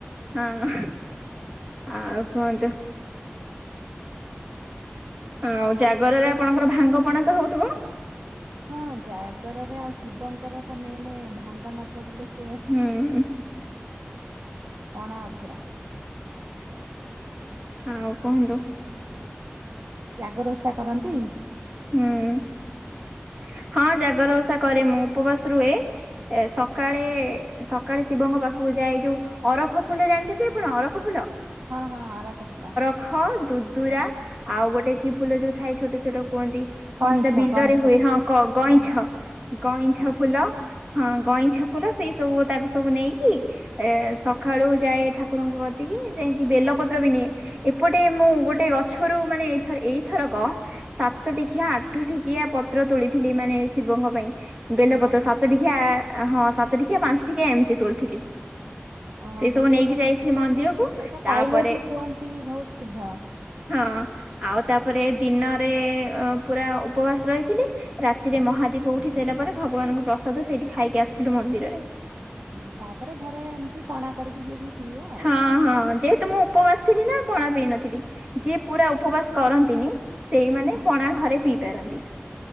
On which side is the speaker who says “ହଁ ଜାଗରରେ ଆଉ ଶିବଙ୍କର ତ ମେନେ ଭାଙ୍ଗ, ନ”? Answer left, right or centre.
Right